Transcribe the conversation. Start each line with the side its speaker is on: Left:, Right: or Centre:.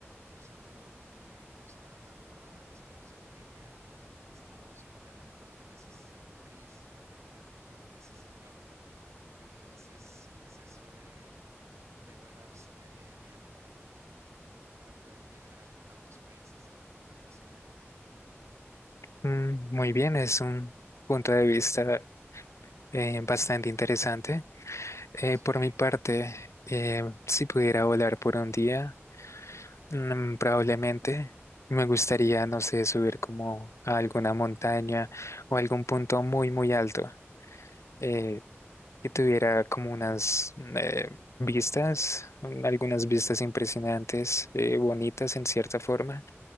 Right: de El Salvador y venimos cada tanto a visitar a su familia y estamos ponerle un par de meses en un país y, o- y otro par de meses en el otro. Entonces, pues eso de, de volar se me haría genial para poder viajar a ambos países muy fácilmente.
Left: Mm, muy bien, es un punto de vista eh, bastante interesante. Eh,
Right: Sí,
Left: por mi parte,
Right: Sí, sí,
Left: eh, si pudiera volar por un día, Mm, probablemente me gustaría, no sé, subir como a alguna montaña o algún punto muy, muy alto eh, que tuviera como unas mm, eh, vistas, mm, algunas vistas impresionantes, eh, bonitas en cierta forma.